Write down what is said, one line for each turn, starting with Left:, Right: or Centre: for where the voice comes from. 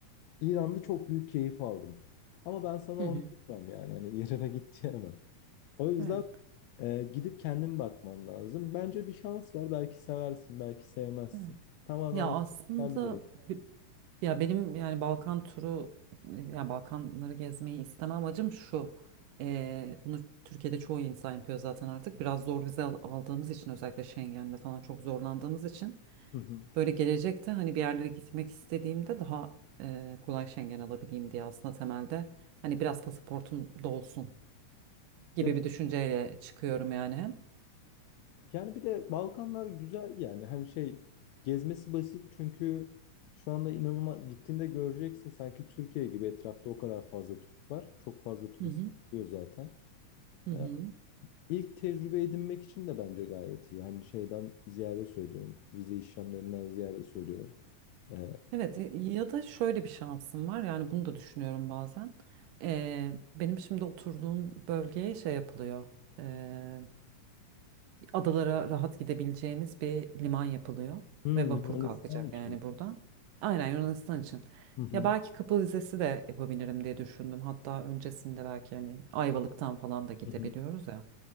Left: İran'da çok büyük keyif aldım. Ama ben sana
Right: Hı
Left: onu
Right: hı.
Left: diyemem yani. Hani İran'a <laughs> git diyemem. O yüzden
Right: Evet.
Left: e, gidip kendin bakman lazım. Bence bir şans ver. Belki seversin, belki sevmezsin.
Right: Evet.
Left: Tamamen
Right: Ya
Left: o.
Right: aslında
Left: Sen bir deneyim.
Right: bi- ya benim yani Balkan turu ya Balkanları gezmeyi isteme amacım şu. Ee, bunu Türkiye'de çoğu insan yapıyor zaten artık. Biraz zor vize al- aldığımız için özellikle Schengen'de falan çok zorlandığımız için
Left: Hı hı.
Right: böyle gelecekte hani bir yerlere gitmek istediğimde daha e, kolay Schengen alabileyim diye aslında temelde hani biraz pasaportum dolsun gibi
Left: Ya
Right: bir düşünceyle çıkıyorum yani hem.
Left: Yani bir de Balkanlar güzel yani hani şey gezmesi basit çünkü şu anda inanılmaz gittiğinde göreceksin sanki Türkiye gibi etrafta o kadar fazla Türk var. Çok fazla turist
Right: Hı hı.
Left: oluyor zaten.
Right: Hı hı.
Left: Ee, İlk tecrübe edinmek için de bence gayet iyi. Yani şeyden ziyade söylüyorum. Vize işlemlerinden ziyade söylüyorum. Ee,
Right: Evet e, ya da şöyle bir şansım var yani bunu da düşünüyorum bazen. Ee, benim şimdi oturduğum bölgeye şey yapılıyor. ee, adalara rahat gidebileceğimiz bir liman yapılıyor
Left: hmm,
Right: ve vapur
Left: Yunanistan
Right: kalkacak
Left: için.
Right: yani buradan. Aynen Yunanistan için.
Left: Hı hı,
Right: Ya belki Kapı Vizesi de yapabilirim diye düşündüm. Hatta öncesinde belki hani Ayvalık'tan falan da gidebiliyoruz
Left: hı hı.
Right: ya.